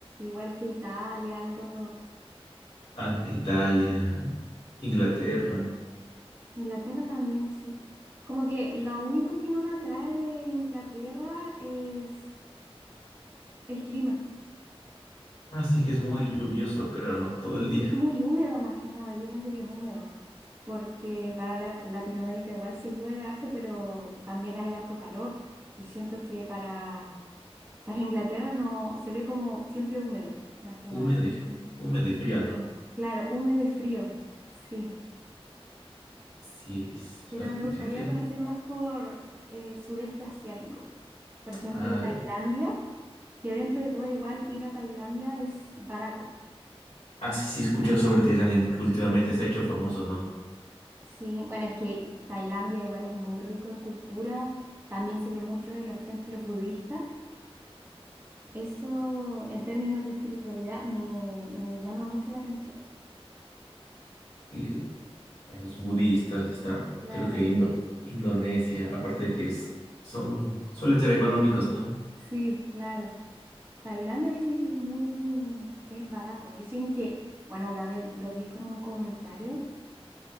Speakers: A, on the right; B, on the left.
A: Igual que Italia, algo.
B: Ande, Italia, Inglaterra.
A: Inglaterra también, sí. Como que lo único que no me atrae de Inglaterra es el clima.
B: Así que es muy lluvioso, creo, ¿no? Todo el día.
A: Es muy húmedo más que nada. Yo pienso que es húmedo. Porque para la- Latinoamérica igual se llueve harto, pero también hay harto calor. Y siento que para, para Inglaterra no se ve como siempre húmedo, más que
B: Húmedo
A: nada.
B: y,
A: Mm.
B: húmedo y frío, ¿no?
A: Claro, húmedo y frío. <laughs> Sí.
B: Sí, es
A: pero
B: parte
A: me
B: de
A: gustaría
B: Inglaterra.
A: conocer más por el sudeste asiático. Por ejemplo,
B: Ah,
A: Tailandia, que dentro de todo igual ir a Tailandia es barato.
B: ah, sí, sí, he escuchado sobre Tailandia, ¿no? Que últimamente se ha hecho
A: Y-
B: famoso, ¿no?
A: Sí, bueno, es que Tailandia igual es muy rico en cultura, también se ve mucho de los templos budistas. Eso en términos de espiritualidad me, me llama mucho la atención.
B: Sí, Están los budistas, está
A: Claro,
B: creo que Indo, Indonesia, aparte que es, son, suelen ser económicos, ¿no?
A: sí, claro. Tailandia dicen que es muy, es barato. Dicen que, bueno, una vez lo vi como un comentario